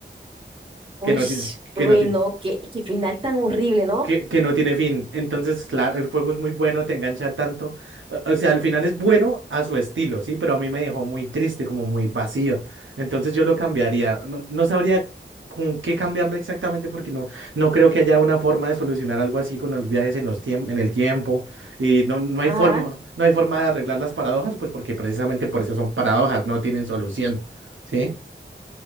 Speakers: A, on the right; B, on the right.
A: Uy,
B: que no tiene, que
A: uy,
B: no tiene,
A: no, qué, qué final tan horrible, ¿no?
B: que, que no tiene fin. Entonces, claro, el juego es muy bueno, te engancha tanto. O, o sea, al final es bueno a su estilo, sí, pero a mí me dejó muy triste, como muy vacío. Entonces yo lo cambiaría. No, no sabría con qué cambiarlo exactamente porque no, no creo que haya una forma de solucionar algo así con los viajes en los tiemp- en el tiempo. Y no, no hay
A: Ajá.
B: forma, no hay forma de arreglar las paradojas, pues porque precisamente por eso son paradojas, no tienen solución. ¿Sí?